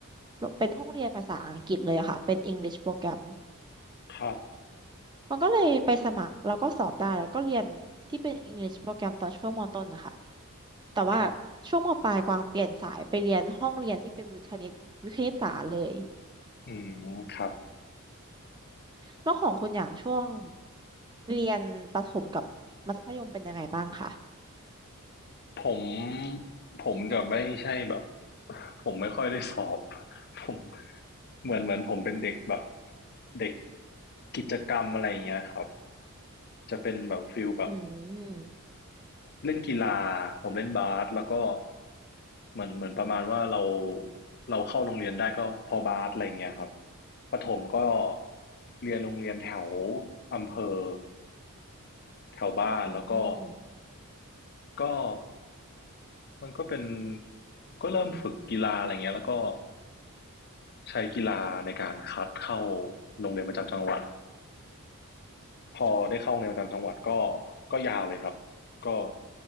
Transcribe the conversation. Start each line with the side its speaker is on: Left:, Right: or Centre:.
Right: เป็นห้องเรียนภาษาอังกฤษเลยอะค่ะเป็น English โปรแกรม
Left: ครับ
Right: มันก็เลยไปสมัครแล้วก็สอบได้แล้วก็เรียนที่เป็น English โปรแกรมตอนช่วงมต้นนะคะแต่ว่า
Left: ครับ
Right: ช่วงมปลายกวางเปลี่ยนสายไปเรียนห้องเรียนที่เป็นวิทย์คณิตวิทย์คณิตศาสตร์เลย
Left: อืมครับ
Right: แล้วของคุณอย่างช่วงเรียนประถมกับมัธยมเป็นยังไงบ้างคะ
Left: ผมผมจะไม่ใช่แบบ <laughs> ผมไม่ค่อยได้สอบ <laughs> ผมเหมือนเหมือนผมเป็นเด็กแบบเด็กกิจกรรมอะไรอย่างเงี้ยครับจะเป็นแบบฟิลแบบ
Right: อืม
Left: เล่นกีฬาผมเล่นบาสแล้วก็เหมือนเหมือนประมาณว่าเราเราเข้าโรงเรียนได้ก็เพอบาสอะไรเงี้ยครับประถมก็เรียนโรงเรียนแถวอำเภอแถวบ้านแล้วก็
Right: อืม
Left: ก็ มันก็เป็นก็เริ่มฝึกกีฬาอะไรเงี้ยแล้วก็ใช้กีฬาในการคัดเข้าโรงเรียนประจำจังหวัดพอได้เข้าโรงเรียนประจำจังหวัดก็ก็ยาวเลยครับก็